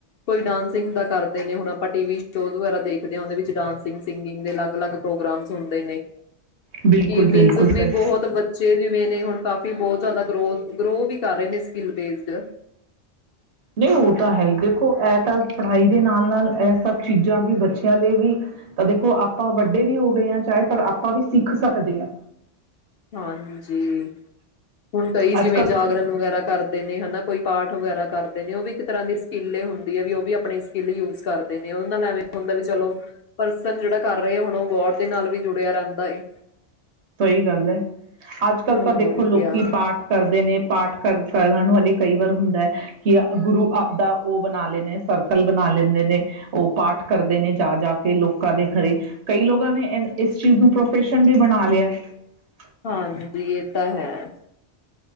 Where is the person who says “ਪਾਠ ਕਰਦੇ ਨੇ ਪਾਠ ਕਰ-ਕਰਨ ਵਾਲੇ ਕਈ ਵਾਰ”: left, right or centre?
Right